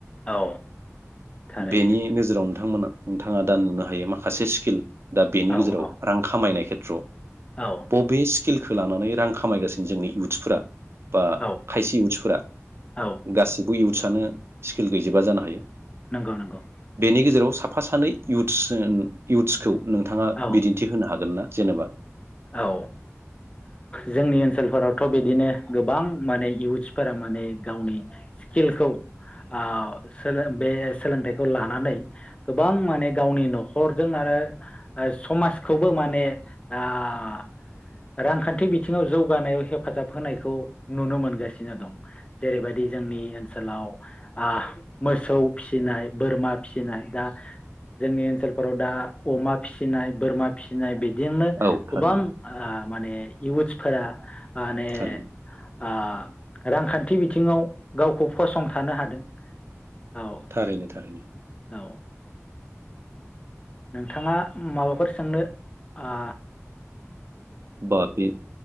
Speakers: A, on the left (about 25°); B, on the right (about 55°).
A: औ थारैनो
B: बेनि नोजोराव नोंथांमोना नोंथाङा दा नुनो हायो माखासे स्किल दा बेनि
A: औ
B: गेजेराव
A: औ
B: रां खामायनाय खेत्र'
A: औ
B: पबिस स्किलखौ लानानै रां खामायगासिनो जोंनि इउथ्सफोरा । बा
A: औ
B: खायसे इउथ्सफोरा
A: औ
B: गासिबो इउथ्स सानो स्किल गैजोबा जानो हायो
A: नंगौ नंगौ
B: बेनि गेजेराव साफा सानै इउथ्स जोङो इउथ्सखौ नोंथाङा
A: औ
B: बिदिन्थि होनो हागोन ना जेनोबा
A: औ जोंनि ओ ओनसोलफोरावथ' बिदिनो गोबां माने इयउथ्सफोरा माने गावनि स्किलखौ ओ बे सोलोंथाइखौ लानानै गोबां माने गावनि न'खरजों आरो समाजखौबो माने ओ आह रांखान्थि बिथिङाव जौगानायाव हेफाजाब होनायखौ नुनो मोनगासिनो दं जेरैबायदि जोंनि ओनसोलाव आह मोसौ फिसिनाय बोरमा फिसिनाय दा जोंनि ओनसोलफोराव दा अमा फिसिनाय बोरमा फिसिनाय बिदि जेनेबा
B: औ
A: गोबां
B: थारैनो
A: ओ माने इउ इउटसफोरा माने
B: थारैनो
A: ओ रांखान्थि बि बिथिङाव गावखौ फसंथानो हादों। औ
B: थारैनो थारैनो
A: औ नोंथाङा माबाफोर सोंनो आ
B: बा बे